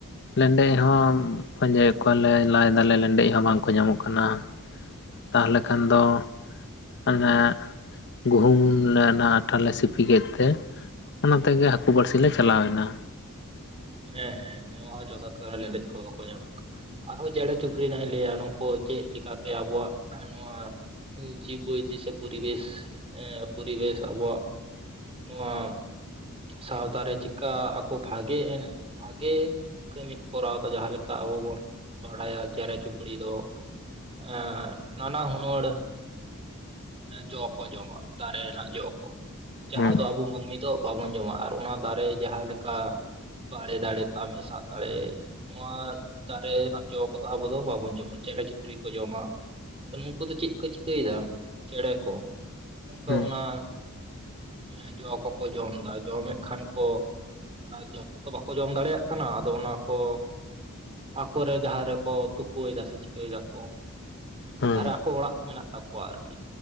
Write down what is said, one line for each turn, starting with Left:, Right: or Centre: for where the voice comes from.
Left: ᱞᱮᱸᱰᱮᱡ ᱦᱚᱸ ᱯᱟᱸᱡᱟᱹᱭᱮᱫ ᱠᱚᱣᱟᱞᱮ ᱞᱟᱭᱫᱟᱞᱮ ᱞᱮᱸᱰᱮᱡ ᱦᱚᱸ ᱵᱟᱝᱠᱚ ᱧᱟᱢᱚᱜ ᱠᱟᱱᱟ ᱛᱟᱦᱚᱞᱮ ᱠᱷᱟᱱ ᱫᱚ ᱚᱱᱮ ᱜᱩᱦᱩᱢ ᱞᱮ ᱚᱱᱟ ᱟᱴᱟ ᱞᱮ ᱥᱤᱯᱤ ᱠᱮᱫ ᱛᱮ ᱚᱱᱟ ᱛᱮᱜᱮ ᱦᱟᱹᱠᱩ ᱵᱟᱹᱲᱥᱤ ᱞᱮ ᱪᱟᱞᱟᱣᱱᱟ
Right: ᱦᱮᱸ ᱦᱮᱸ ᱱᱤᱭᱟᱹ ᱦᱚᱸ ᱡᱚᱛᱷᱟᱛ ᱠᱟᱛᱷᱟ ᱞᱮᱸᱰᱮᱡ ᱠᱚ ᱵᱟᱠᱚ ᱧᱟᱢᱚᱜ ᱠᱟᱱᱟ ᱟᱨᱦᱚᱸ ᱪᱮᱬᱮ ᱪᱩᱯᱲᱤ ᱨᱮᱱᱟᱜ ᱤᱧ ᱞᱟᱹᱭᱟ ᱱᱩᱠᱩ ᱪᱮᱫ ᱞᱮᱠᱟᱛᱮ ᱟᱵᱚᱣᱟᱜ ᱱᱚᱣᱟ <unintelligible> ᱯᱚᱨᱤᱵᱮᱥ ᱯᱚᱨᱤᱵᱮᱥ ᱟᱵᱚᱣᱟᱜ ᱱᱚᱣᱟ ᱥᱟᱶᱛᱟᱨᱮ ᱪᱮᱫᱠᱟ ᱟᱠᱚ ᱵᱷᱟᱜᱮ ᱮᱱ ᱵᱷᱟᱜᱮ ᱠᱟᱹᱢᱤ ᱠᱚ ᱠᱚᱨᱟᱣᱫᱟ ᱡᱟᱦᱟᱸ ᱞᱮᱠᱟ ᱟᱵᱚ ᱵᱚᱱ ᱵᱟᱰᱟᱭᱟ ᱪᱮᱬᱮ ᱪᱩᱯᱲᱤ ᱫᱚ ᱮᱜ ᱱᱟᱱᱟ ᱦᱩᱱᱟᱹᱨ ᱡᱚ ᱠᱚ ᱡᱚᱢᱟ ᱫᱟᱨᱮ ᱨᱮᱱᱟᱜ ᱡᱚ ᱠᱚ ᱡᱟᱦᱟᱸ
Left: ᱦᱩᱸ
Right: ᱫᱚ ᱟᱵᱚ ᱢᱟᱹᱱᱢᱤ ᱫᱚ ᱵᱟᱵᱚᱱ ᱡᱚᱢᱟ ᱟᱨ ᱚᱱᱟ ᱫᱟᱨᱮ ᱡᱟᱦᱟᱸ ᱞᱮᱠᱟ ᱵᱟᱲᱮ ᱫᱟᱲᱮ ᱛᱟᱢ ᱦᱮᱥᱟᱜ ᱫᱟᱲᱮ ᱱᱚᱣᱟ ᱫᱟᱨᱮ ᱨᱮᱱᱟᱜ ᱡᱚ ᱠᱚᱫᱚ ᱟᱵᱚ ᱫᱚ ᱵᱟᱵᱚᱱ ᱡᱚᱢᱟ ᱪᱮᱬᱮ ᱪᱤᱯᱲᱤ ᱠᱚ ᱡᱚᱢᱟ ᱱᱩᱝᱠᱩ ᱫᱚ ᱪᱮᱫ ᱠᱚ ᱪᱤᱠᱟᱹᱭᱮᱫᱟ ᱪᱮᱬᱮ ᱠᱚ ᱚᱱᱠᱟ
Left: ᱦᱩᱸ
Right: ᱚᱱᱟ ᱮ ᱡᱚ ᱠᱚᱠᱚ ᱡᱚᱢ ᱮᱫᱟ ᱡᱚᱢᱮᱫ ᱠᱷᱟᱱ ᱠᱚ ᱟᱨ ᱡᱚᱛ ᱛᱚ ᱵᱟᱠᱚ ᱡᱚᱢ ᱫᱟᱲᱮᱭᱟᱜ ᱠᱟᱱᱟ ᱟᱫᱚ ᱚᱱᱟ ᱠᱚ ᱟᱠᱚᱨᱮ ᱡᱟᱦᱟᱸ ᱨᱮᱠᱚ ᱛᱩᱠᱩᱭᱮᱫᱟ ᱥᱮ ᱪᱤᱠᱟᱹᱭ ᱫᱟᱠᱚ
Left: ᱦᱩᱸ
Right: ᱡᱟᱦᱟᱸᱨᱮ ᱟᱠᱚ ᱚᱲᱟᱜ ᱢᱮᱱᱟᱜ ᱛᱟᱠᱚᱣᱟ ᱟᱨᱠᱤ